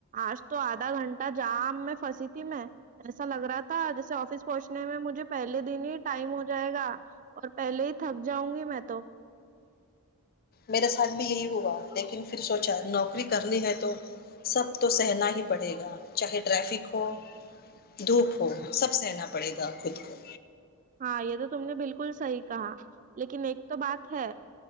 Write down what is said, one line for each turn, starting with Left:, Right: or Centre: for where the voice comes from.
Right: آج تو آدھا گھنٹہ جام میں پھنسی تھی میں ایسا لگ رہا تھا جیسے آفس پہنچنے میں مجھے پہلے دن ہی ٹائم ہو جائے گا اور پہلے ہی تھک جاؤں گی میں تو
Left: میرے ساتھ بھی یہی ہوا لیکن پھر سوچا نوکری کرنی ہے تو سب تو سہنا ہی پڑے گا چاہے ٹریفک ہو دھوپ ہو سب سہنا پڑے گا خود کو
Right: ہاں یہ تو تم نے بالکل صحیح کہا لیکن ایک تو بات ہے